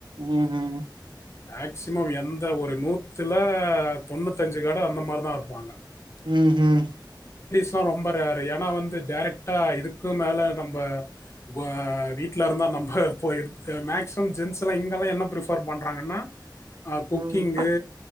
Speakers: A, on the right; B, on the left.
A: ம் ஹூம்
B: மேக்சிமம் எந்த ஒரு நூத்துல தொண்ணூத்தஞ்சி கட அந்த மாரிதா இர்ப்பாங்க
A: உஹ்ம் உம்
B: அதா ரொம்ப ரேர்ரு யா ஆனா வந்து டேரெக்ட்டா இருக் கு மேல நம்ப, ங்குவே வீட்ல இருந்தா நம்ம மே்சிமம் ஜென்ஸ்ல இங்கல்லா என்ன பிபர் பண்றாங்கன்னா ஆ குக்கிங்கு
A: ம்